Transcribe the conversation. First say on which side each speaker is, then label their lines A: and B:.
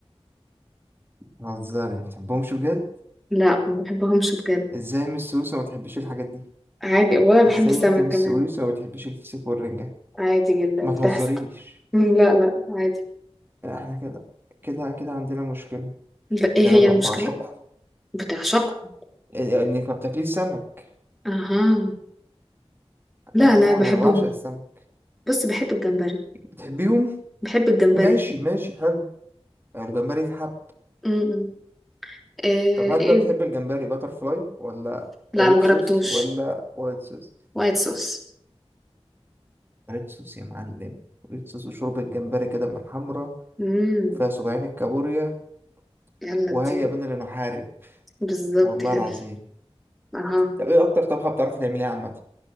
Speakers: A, on the right; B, in the centre.
A: بتهزري ما بتحبهمش بجد
B: لا ما بحبهمش بجد
A: ازاي من السويس وما بتحبيش الحاجات دي
B: عادي ولا بحب
A: ازاي
B: السمك
A: انت من
B: كمان
A: السويس وما بتحبيش الفسيخ والرنجة
B: عادي جدا
A: ما
B: بتحصل
A: تهزريش
B: <laughs> مم، لا لا عادي
A: احنا كده كده كده عندنا مشكلة
B: لا ايه
A: ده
B: هي
A: انا ب-
B: المشكلة
A: بعشقهم
B: بتعشقهم
A: إيه- انك ما بتاكليش سمك
B: اها لا
A: ايوه
B: لا
A: طبعا
B: بحبهم
A: انا بعشق السمك
B: بس بحب الجمبري
A: بتحبيهم
B: بحب الجمبري
A: ماشي ماشي حلو الجمبري يتحب
B: م -م. إيه,
A: طب هل
B: ايه
A: بقى بتحب الجمبري باتر فلاي ولا
B: لا
A: ريد
B: ما جربتوش
A: صوص ولا وايت صوص
B: وايت صوص
A: ريد صوص يا معلم ريد صوص وشوربة جمبري كده من الحمرا
B: مم.
A: وفيها سبعين الكابوريا
B: يلا
A: وهيا
B: دي
A: بنا لنحارب
B: بالظبط
A: والله
B: كده
A: العظيم
B: اها
A: طب ايه اكتر طبخة بتعرفي تعمليها عامة